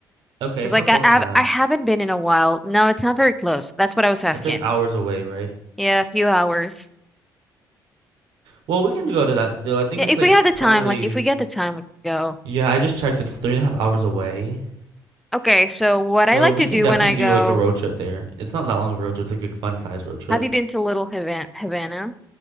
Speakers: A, on the right; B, in the centre.
A: Okay,
B: It's
A: how
B: like
A: close
B: I, I've-
A: is that?
B: I haven't been in a while. No, it's not very close. That's what I was asking.
A: It's like hours away, right?
B: Yeah, a few hours.
A: Well, we can go to that still. I think
B: Yeah,
A: it's
B: If
A: like
B: we had the
A: probably
B: time, like if we get the time, we could go.
A: yeah. I just checked. It's three and a half hours away,
B: Okay, so what I
A: so
B: like
A: we
B: to
A: can
B: do
A: definitely
B: when I
A: do
B: go,
A: like a road trip there. It's not that long of a road trip. It's like a fun size road trip.
B: have you been to Little Havana, Havana,